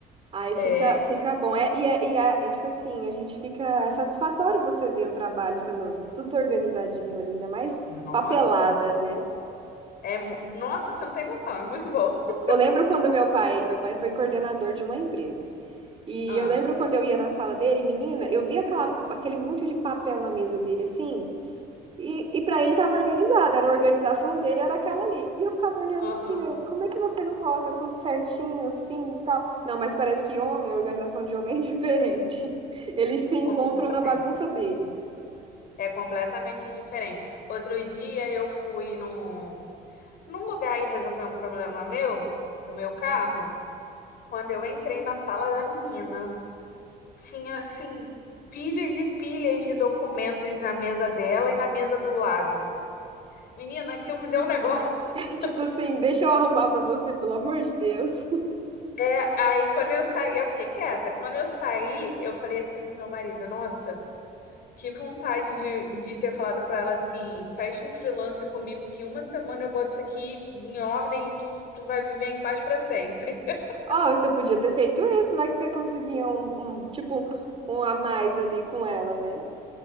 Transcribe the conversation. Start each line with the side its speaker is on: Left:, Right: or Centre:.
Right: Aí
Left: É,
Right: fica, fica bom. É, e é, e é, é tipo assim, a gente fica. É satisfatório você ver o trabalho sendo tudo organizadinho ali, ainda mais
Left: nossa,
Right: papelada, né?
Left: é, mu- nossa, você não tem noção, é muito bom. <laughs>
Right: Eu lembro quando meu pai, meu pai foi coordenador de uma empresa. E
Left: Ah,
Right: eu lembro quando eu ia na sala dele, menina, eu via aquela, aquele monte de papel na mesa dele, assim. E, e para ele estava organizado, era a organização dele, era aquela ali. E eu ficava olhando
Left: aham,
Right: assim, eu, como é que você não coloca tudo certinho assim e tal? Não, mas parece que homem, a organização de homem é diferente. <laughs> Eles se encontram
Left: completamente.
Right: na bagunça deles.
Left: É completamente diferente. Outro dia eu fui num, num lugar e resolver um problema meu, do meu carro, quando eu entrei na sala da menina. Tinha, assim, pilhas e pilhas de documentos na mesa dela e na mesa do lado. Menina, aquilo me deu um negócio.
Right: <laughs>
Left: <laughs>
Right: Tipo assim, deixa eu arrumar pra você, pelo amor de Deus.
Left: É, aí quando eu saí, eu fiquei quieta. Quando eu saí, eu falei assim pro meu marido, nossa, que vontade de, de ter falado pra ela assim, fecha um freelance comigo que em uma semana eu boto isso aqui em ordem e tu, tu vai viver em paz pra sempre. <laughs>
Right: <laughs> Ó, você podia ter feito isso, vai que você conseguia um, um, tipo, um a mais ali com ela, né?